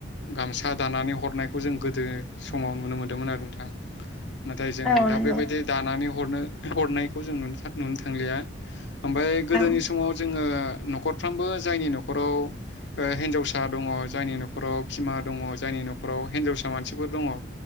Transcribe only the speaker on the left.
गामसा दानानै हरनायखौ जों गोदो समाव नुनो मोन्दोंमोन आरो नोंथां नाथाय जों
दा
बेबायदि दानानै हरनो हनायखौ जों नुनो थां नुनो थांलिया ओमफ्राय गोदोनि
समाव जोंङो न' खरफ्रोमबो जायनि नखराव हिनजावसा दंङ जायनि न'खराव बिमा दंङ जायनि न'खराव हिनजावसा मानसिफोर दंङ